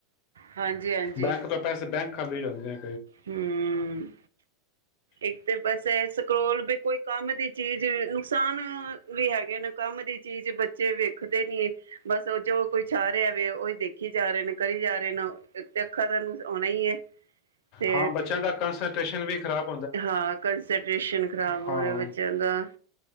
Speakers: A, on the right; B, on the left.
A: ਹਾਂਜੀ-ਹਾਂਜੀ
B: ਬੈਂਕ ਤੋਂ ਪੈਸੇ ਬੈਂਕ ਖਾਲੀ ਜਾਂਦੀਆਂ।
A: ਹੂੰ, ਇੱਕ ਤੇ ਬਸ ਇਹ ਸਕਰੋਲ ਵੀ ਕੋਈ ਕੰਮ ਦੀ ਚੀਜ਼ ਨੁਕਸਾਨ ਵੀ ਹੈਗੇਨ। ਕੰਮ ਦੀ ਚੀਜ਼ ਬੱਚੇ ਵੇਖਦੇ ਨੀ ਬਸ ਉਹ ਜੋ ਕੁਛ ਆਰਿਆ ਹੈਵੇ ਉਹੀ ਦੇਖੀ ਜਾ ਰਹੇ ਨੇ ਕਰੀ ਜਾ ਰਹੇ ਨੇ ਇੱਕ ਤੇ ਅੱਖਾ ਦ ਹੋਣਾ ਹੀ ਹੈ। ਤੇ
B: ਹਾਂ, ਬੱਚਿਆਂ ਦਾ ਕੰਨਸਨਟ੍ਰੇਸ਼ਨ ਵੀ ਖਰਾਬ
A: ਹਾਂ ਕੰਸਟੇਸ਼ਨ ਖ਼ਰਾਬ ਹੋ
B: ਹਾਂ
A: ਰਿਹਾ ਬੱਚਿਆਂ ਦਾ <inaudible>